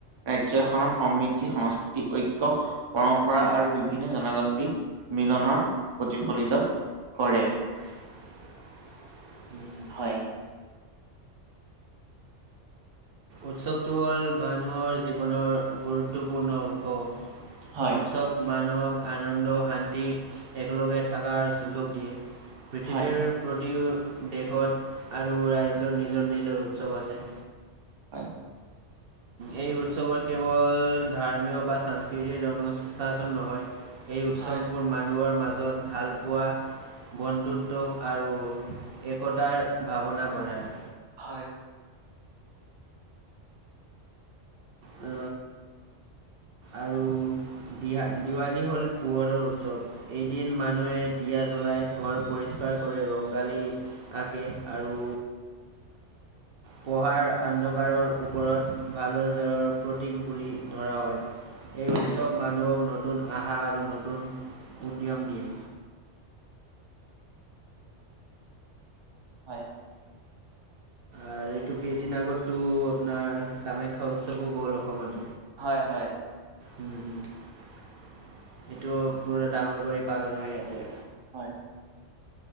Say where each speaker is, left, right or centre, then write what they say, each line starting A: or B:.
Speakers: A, on the right; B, on the right.
A: ৰাজ্যখনৰ সমৃদ্ধি সংস্কৃতি ঐক্য পৰম্পৰা আৰু বিভিন্ন জনগোষ্ঠী মিলনৰ প্ৰতিফলিত কৰে
B: <unintelligible> উম হুম।
A: হয়
B: উৎসৱটো হ'ল মানুহৰ জীৱনৰ গুৰুত্বপূৰ্ণ অংশ
A: হয়,
B: উৎসৱ মা মানুহক আনন্দ, শান্তিক একেলগে থকাৰ সুযোগ দিয়ে পৃথিৱীৰ
A: হয়,
B: প্ৰতিও দেশত আৰু ৰাজ্যৰ নিজৰ নিজৰ উৎসৱ আছে
A: হয়
B: এই উৎসৱৰ কেৱল ধৰ্মীয় বা সাংস্কৃতিক অনুশাসন নহয় এই উৎসৱবোৰ
A: হয়,
B: মানুহৰ মাজত ভাল পোৱা বন্ধুত্ব আৰু একতাৰ ভাৱনা বঢ়ায়
A: হয়
B: অ আৰু দিহা দিৱালী হ'ল পোহৰৰ উৎসৱ। এদিন মানুহে দিয়া জ্ব লাই ঘৰ পৰিষ্কাৰ কৰে ৰঙালী আঁকে আৰু পঢ়াৰ অন্ধকাৰৰ ওপৰত ভালো জয়ৰ প্ৰতীক বুলি ধৰা হয় এই
A: হয়
B: উৎসৱ মানুহক নতুন আশা আৰু নতুন উদ্যম দিয়ে
A: হয়।
B: আৰু এইটো কেইদিন আগতো আপোনাৰ কামাখ্যা উৎসৱো গ'ল অসমত।
A: হয়, হয়।
B: এইটো পুৰা ডাঙৰ কৰি পালন হয়, ইয়াতে।
A: হয়।